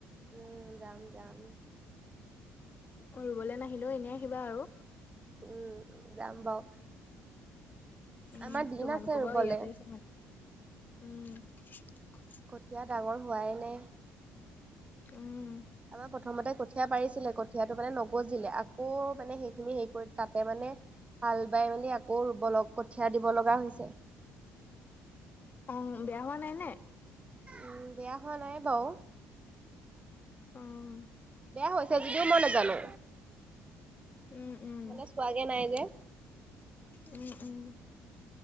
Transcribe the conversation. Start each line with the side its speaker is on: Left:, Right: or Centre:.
Right: উম, যাম, যাম।
Left: ৰুবলৈ নাহিলেও, এনেই আহিবা আৰু।
Right: উম, যাম বাৰু।
Left: উম,
Right: আমাৰ দিন
Left: তোমালোকৰ
Right: আছে ৰুবলে।
Left: বাৰু ইয়াতে আছে মাটি, উম।
Right: কঠীয়া ডাঙৰ হোৱাই নাই।
Left: উম
Right: আমাৰ প্ৰথমতে কঠীয়া পাৰিছিলে, কঠীয়াটো মানে ন <unintelligible> আকৌ মানে সেইখিনি হেৰি কৰি তাতে মানে, হাল বাই মেলি আকৌ ৰুব লগ কঠিয়াত দিব লগা হৈছে।
Left: অ', বেয়া হোৱা নাই নে?
Right: উম, বেয়া হোৱা নাই বাৰু।
Left: উম
Right: বেয়া হৈছে যদিও মই নাজানো।
Left: উম উম
Right: মানে চোৱাগে নাই যে।
Left: উম, উম।